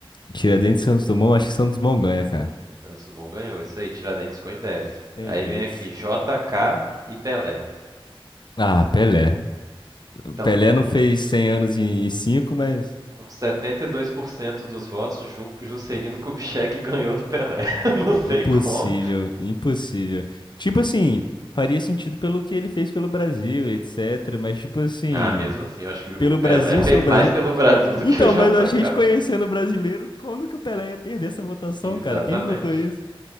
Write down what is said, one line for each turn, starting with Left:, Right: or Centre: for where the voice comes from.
Left: Tiradentes e Santos Dumont, acho que Santos Dumont ganha, cara.
Right: Santos Dumont ganhou, isso aí, Tiradentes ficou em décimo.
Left: Tem
Right: Aí
Left: jeito.
Right: vem aqui JK e Pelé.
Left: Ah, Pelé.
Right: Então,
Left: Pelé
Right: com,
Left: não fez 100 anos em 5, mas...
Right: com 72% dos votos, Ju, Juscelino Kubitschek <laughs> ganhou do Pelé. <laughs> Não sei
Left: Impossível,
Right: como.
Left: impossível. Tipo assim, faria sentido pelo que ele fez pelo Brasil, e etc. Mas, tipo assim,
Right: Ah, mesmo assim, eu acho que
Left: pelo
Right: o Pelé
Left: Brasil
Right: fez
Left: ser o Brasil.
Right: mais pelo Brasil <laughs> do
Left: Então,
Right: que o JK.
Left: mas a gente
Right: pô.
Left: conhecendo o brasileiro, quando que o Pelé ia perder essa votação,
Right: Exatamente.
Left: cara? Quem votou isso?